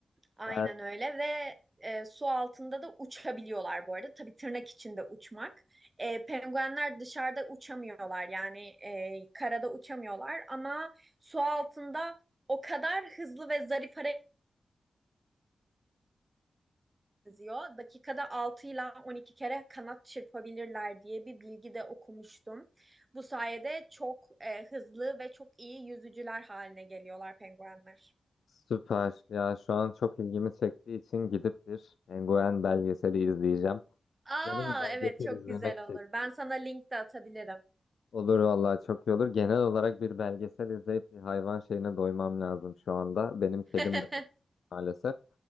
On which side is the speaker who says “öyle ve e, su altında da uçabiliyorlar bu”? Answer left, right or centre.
Right